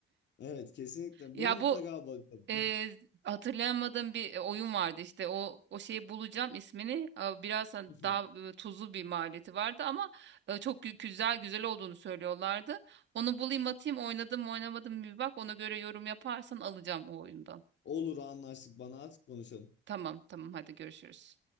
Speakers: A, on the left (about 65°); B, on the right (about 65°).
A: Evet, kesinlikle.
B: Ya
A: Buna mutlaka
B: bu
A: bakalım.
B: Ee, hatırlayamadığım bir e, oyun vardı işte o o şeyi bulacağım ismini Ee, biraz hani
A: <laughs>
B: daha e, tuzlu bir maliyeti vardı ama e, çok gü- güzel güzel olduğunu söylüyorlardı. Onu bulayım atayım oynadım mı oynamadım mı bir bak ona göre yorum yaparsan alacağım o oyundan.
A: Olur anlaştık. Bana artık konuşalım.
B: Tamam tamam hadi görüşürüz.